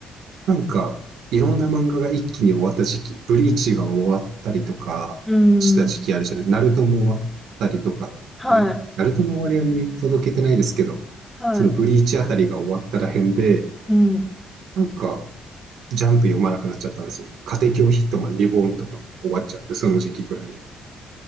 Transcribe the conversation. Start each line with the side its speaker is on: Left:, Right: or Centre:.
Right: なんか、いろんな漫画が一気に終わった時期、ブリーチが終わったりとかした時期あるじゃない、
Centre: ーうん。
Right: ナルトも終わったりとか、
Centre: はい、
Right: なナルトの終わりは見届けてないですけど、
Centre: はい、
Right: そのブリーチあたりが終わったらへんで、
Centre: うん。
Right: なんか、ジャンプ読まなくなっちゃったんですよね。家庭教ヒットマン、リボーンとかも終わっちゃって、その時期ぐらいで。